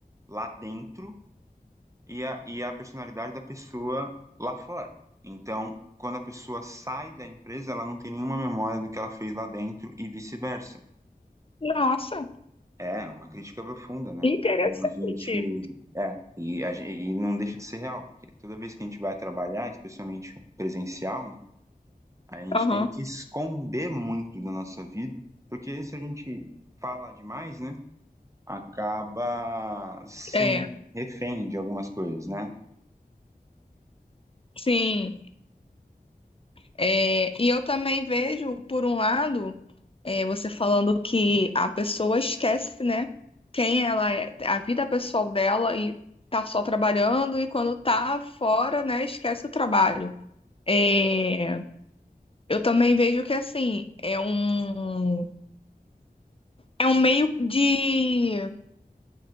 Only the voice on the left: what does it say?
Nossa.
Interessante.
Aham.
É,
sim. É, e eu também vejo, por um lado, é, você falando que a pessoa esquece, né, quem ela é, a vida pessoal dela e tá só trabalhando e quando tá fora, né, esquece o trabalho. É, eu também vejo que, assim, é um, é um meio de